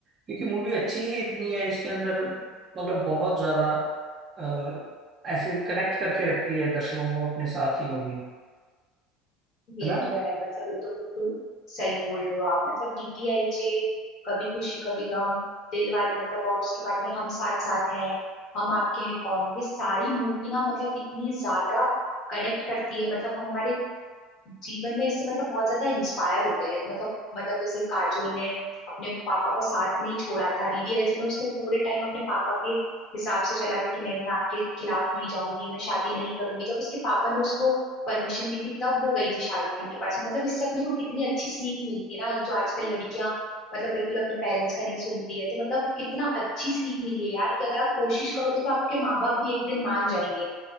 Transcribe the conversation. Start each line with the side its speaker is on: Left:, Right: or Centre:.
Right: क्योंकि मूवी अच्छी ही इतनी है इसके अंदर मतलब बहुत ज्यादा अ, ऐसे कनेक्ट करके रखती है दर्शकों को अपने साथ ही मूवी
Left: ये
Right: है ना
Left: तो है मतलब ये तो बिल्कुल सही बोल रहे हो आप मतलब डीडीएलजे कभी खुशी कभी गम दिलवाले मतलब और उसके बाद में हम साथ साथ हैं हम आपके हैं कौन ये सारी मूवी ना मतलब इतनी ज्यादा कनेक्ट करती है मतलब हम हमारे जीवन में इससे मतलब बहुत ज्यादा इंस्पायर होते हैं लाइक मतलब मतलब जैसे काजोल ने अपने पापा का साथ नहीं छोड़ा था डीडीएलजे में उसने पूरे टाइम अपने पापा के हिसाब से चला था कि नहीं मैं आपके खिलाफ नहीं जाऊंगी मैं शादी नहीं करूंगी जब उसके पापा ने उसको परमिशन दी थी तब वो गई थी शाहरुख खान के पास में मतलब इससे अपने को कितनी अच्छी सीख मिलती है ना जो आजकल लड़कियां मतलब बिल्कुल अपने पेरेंट्स का नहीं सुनती है तो मतलब कितना अच्छी सीख मिली है यार कि अगर आप कोशिश करोगे तो आपके माँ बाप भी एक दिन मान जाएंगे